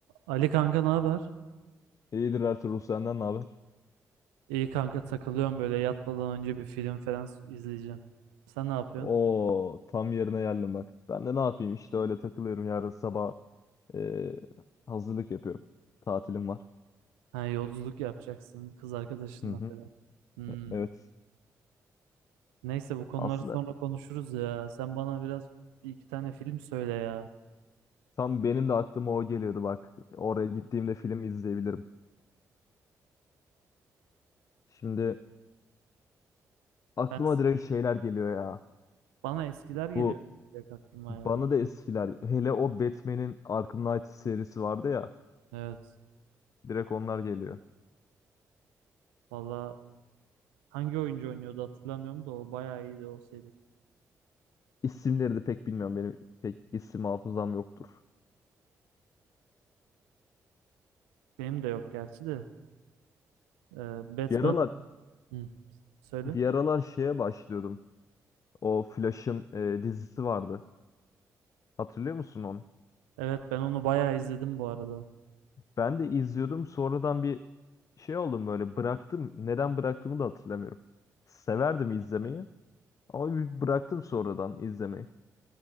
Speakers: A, on the right (about 85°); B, on the left (about 45°).
A: Ali kanka ne haber?
B: İyidir Ertuğrul senden ne haber?
A: İyi kanka takılıyorum böyle yatmadan önce bir film falan izleyeceğim. Sen ne yapıyorsun?
B: Oo tam yerine geldim bak. Ben de ne yapayım işte öyle takılıyorum yarın sabah e, hazırlık yapıyorum. Tatilim var.
A: Ha yolculuk yapacaksın kız arkadaşınla
B: Hı hı.
A: falan. Hmm.
B: E- Evet.
A: Neyse bu konuları
B: Aslında
A: sonra konuşuruz ya. Sen bana biraz bir iki tane film söyle ya.
B: tam benim de aklıma o geliyordu bak. Oraya gittiğimde film izleyebilirim. Şimdi aklıma
A: Ben
B: direkt şeyler geliyor ya.
A: bana eskiler geliyor
B: Bu
A: direkt aklıma
B: bana
A: ya.
B: da eskiler hele o Batman'in Arkham Knight serisi vardı ya.
A: Evet.
B: Direkt onlar geliyor.
A: Valla hangi oyuncu oynuyordu hatırlamıyorum da o bayağı iyiydi o seri.
B: İsimleri de pek bilmiyorum benim pek isim hafızam yoktur.
A: Benim de yok gerçi de. Ee, Batman
B: Bir aralar
A: Hı. söyle.
B: Bir aralar şeye başlıyordum. O Flash'ın e, dizisi vardı. Hatırlıyor musun onu?
A: Evet ben onu bayağı izledim bu arada.
B: Ben de izliyordum. Sonradan bir şey oldum böyle bıraktım. Neden bıraktığımı da hatırlamıyorum. Severdim izlemeyi ama bir bıraktım sonradan izlemeyi.